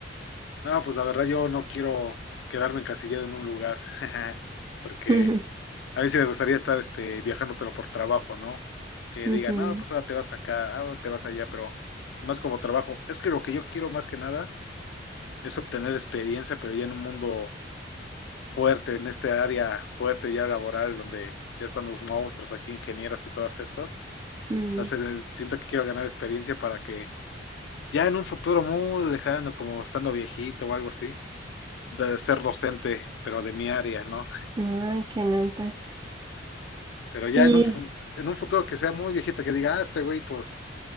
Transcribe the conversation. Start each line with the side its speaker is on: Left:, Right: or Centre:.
Left: no, pues la verdad yo no quiero quedarme encasillado en un lugar, <laughs> porque
Right: <laughs> ujú,
Left: a mí sí me gustaría estar este, viajando, pero por trabajo, ¿no? Que
Right: ujú,
Left: digan, no, pues ahora te vas acá, ahora te vas allá, pero más como trabajo. Es que lo que yo quiero más que nada es obtener experiencia, pero ya en un mundo fuerte, en este área fuerte ya laboral, donde ya están los monstruos aquí, ingenieros y todos estos.
Right: mm.
Left: No sé, siento que quiero ganar experiencia para que ya en un futuro muy lejano, como estando viejito o algo así, de ser docente, pero de mi área, ¿no?
Right: Ay, qué nota.
Left: Pero ya
Right: Y
Left: en un, fu- en un futuro que sea muy viejito, que diga, ah, este güey, pues,